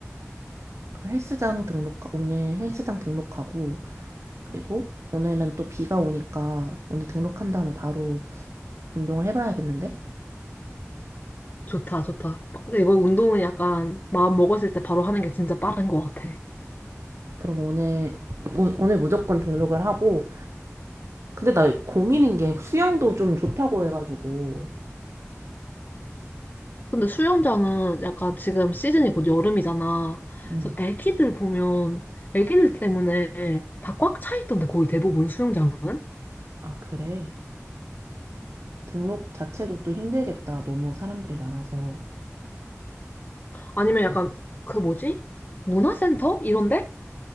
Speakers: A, on the right; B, on the left.
A: 그럼 헬스장 등록 오늘 헬스장 등록하고 그리고 오늘은 또 비가 오니까 오늘 등록한 다음에 바로 운동을 해봐야겠는데?
B: 좋다, 좋다. 이거 운동은 약간 마음 먹었을 때 바로 하는 게 진짜 빠른 것 같아.
A: 그럼 오늘 오- 오늘 무조건 등록을 하고 근데 나 고민인 게 수영도 좀 좋다고 해가지고
B: 근데 수영장은 약간 지금 시즌이 곧 여름이잖아.
A: 음.
B: 그래서 애기들 보면 애기들 때문에 다 꽉 차 있던데 거의 대부분 수영장은?
A: 아 그래 등록 자체도 또 힘들겠다 너무 사람들이 많아서
B: 아니면 약간 그 뭐지? 문화센터? 이런데?